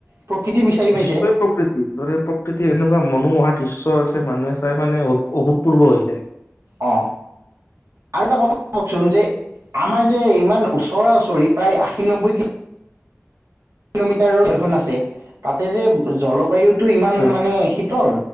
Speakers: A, on the right; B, on the left.
A: প্ৰকৃতি বিচাৰি
B: নিশ্চয়
A: পাইছে
B: প্ৰকৃতিৰ দৰে প্ৰকৃতিৰ এনেকুৱা মনোমোহা দৃশ্য আছে। মানুহে চাই মানে অভূতপূৰ্ব হৈ যায়।
A: অ আৰু এটা কথা কওকচোন যে আমাৰ যে ইমান ওচৰা ওচৰি প্ৰায় আশীনব্বৈ ক কিলোমিটাৰ এখন আছে তাতে যে জলবায়ুত। টো ইমান
B: আছে আছে।
A: মানে শীতল।